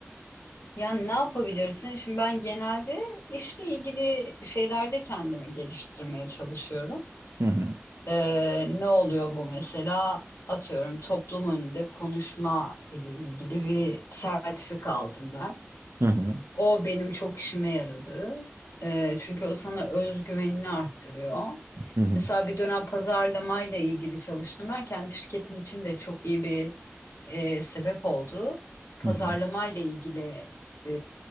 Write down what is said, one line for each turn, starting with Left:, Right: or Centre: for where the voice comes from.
Left: Yani ne yapabilirsin? Şimdi ben genelde işle ilgili şeylerde kendimi geliştirmeye çalışıyorum.
Right: Hı hı.
Left: Ee, ne oluyor bu mesela? Atıyorum toplum önünde konuşma ile ilgili bir sertifika aldım ben.
Right: Hı hı.
Left: O benim çok işime yaradı. Ee, çünkü o sana özgüvenini arttırıyor.
Right: Hı hı.
Left: Mesela bir dönem pazarlamayla ilgili çalıştım. Ben kendi şirketim için de çok iyi bir e, sebep oldu. Pazarlamayla
Right: Hı hı.
Left: ilgili e,